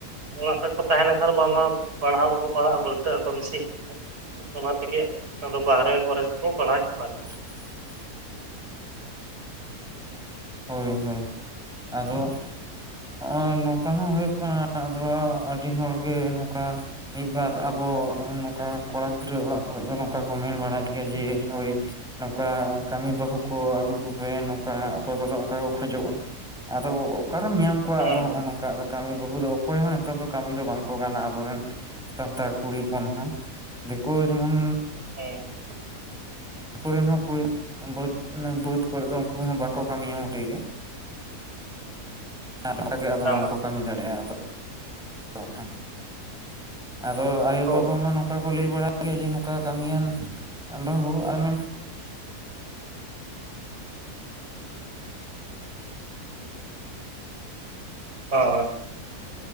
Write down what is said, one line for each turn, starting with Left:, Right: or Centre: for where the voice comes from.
Right: ᱚᱲᱟᱜ ᱨᱮᱠᱚ ᱛᱟᱦᱮᱸ ᱞᱮᱱᱠᱷᱟᱱ ᱵᱟᱝ ᱢᱟ ᱯᱟᱲᱦᱟᱣ ᱵᱟᱠᱚ ᱯᱟᱲᱦᱟᱜᱼᱟ ᱵᱟᱹᱞᱴᱟᱹᱜ ᱟᱠᱚ ᱵᱮᱥᱤ ᱚᱱᱟ ᱛᱮᱜᱮ ᱟᱫᱚ ᱵᱟᱦᱨᱮ ᱠᱚᱨᱮ ᱜᱮᱠᱚ ᱯᱟᱲᱦᱟᱜ ᱮᱫ ᱠᱚᱣᱟ ᱟᱨᱠᱤ
Centre: <inaudible> ᱦᱳᱭ ᱦᱳᱭ ᱟᱫᱚ ᱱᱚᱜᱼᱚᱭ ᱱᱚᱝᱠᱟ ᱦᱚᱸ ᱦᱩᱭᱩᱜ ᱠᱟᱱᱟ ᱟᱫᱚ ᱟᱹᱰᱤ ᱦᱚᱲᱜᱮ ᱱᱚᱝᱠᱟ ᱢᱤᱫᱵᱟᱨ ᱟᱵᱚ ᱱᱚᱝᱠᱟ ᱠᱚᱲᱟ ᱜᱤᱫᱽᱨᱟᱹ ᱚᱲᱟᱜ ᱠᱚᱨᱮ ᱫᱚ ᱱᱚᱝᱠᱟ ᱠᱚ ᱢᱮᱱ ᱵᱟᱲᱟᱭᱮᱫ ᱜᱮᱭᱟ ᱡᱮ ᱳᱭ ᱱᱚᱝᱠᱟ ᱠᱟᱹᱢᱤ ᱵᱟᱹᱦᱩ ᱠᱚ ᱟᱹᱜᱩ ᱠᱚᱯᱮ ᱱᱚᱝᱠᱟ ᱚᱠ- ᱚᱠᱚᱭ ᱠᱚᱫᱚ ᱚᱝᱠᱟ ᱠᱚ ᱠᱷᱚᱡᱚᱜᱼᱟ ᱟᱫᱚ ᱚᱠᱟᱨᱮᱢ ᱧᱟᱢ ᱠᱚᱣᱟ
Right: ᱦᱮᱸ
Centre: ᱟᱫᱚ ᱦᱚᱜᱼᱚ
Right: ᱦᱮᱸ
Centre: ᱱᱚᱝᱠᱟ ᱠᱟᱹᱢᱤ- ᱵᱟᱹᱦᱩ ᱫᱚ ᱚᱠᱚᱭ ᱦᱚᱸ ᱱᱮᱛᱟᱨ ᱫᱚ ᱠᱟᱹᱢᱤ ᱫᱚ ᱵᱟᱝᱠᱚ ᱜᱟᱱᱟ ᱟᱵᱚᱨᱮᱱ ᱥᱟᱱᱛᱟᱲ ᱠᱩᱲᱤ ᱦᱚᱯᱚᱱ ᱦᱚᱸ ᱫᱤᱠᱩ ᱡᱮᱢᱚᱱ
Right: ᱦᱮᱸ
Centre: ᱫᱤᱠᱩᱨᱤᱱ ᱦᱚᱸ ᱠᱩᱲᱤ ᱵᱟᱹᱫ ᱵᱟᱹᱫᱽ ᱠᱚᱨᱮ ᱫᱚ ᱩᱱᱠᱩ ᱦᱚᱸ ᱵᱟᱠᱚ ᱠᱟᱹᱢᱤᱭᱟ ᱢᱚᱴᱮᱭ ᱜᱮ <unintelligible> ᱟᱫᱚ
Right: ᱟᱢᱟᱜ
Centre: ᱵᱟᱝᱠᱚ ᱠᱟᱹᱢᱤ ᱫᱟᱲᱮᱟᱟ ᱟᱫᱚ <unintelligible> ᱟᱫᱚ ᱟᱭᱳ
Right: ᱦᱳᱭ
Centre: ᱵᱟᱵᱟ ᱢᱟ ᱱᱚᱝᱠᱟ ᱠᱚ ᱞᱟᱹᱭ ᱵᱟᱲᱟ- ᱜᱮᱭᱟ ᱡᱮ ᱱᱚᱝᱠᱟ ᱠᱟᱹᱢᱤᱭᱟᱱ ᱵᱟᱹᱦᱩ ᱟᱨ ᱢᱮᱱᱠᱷᱟ
Right: ᱦᱳᱭ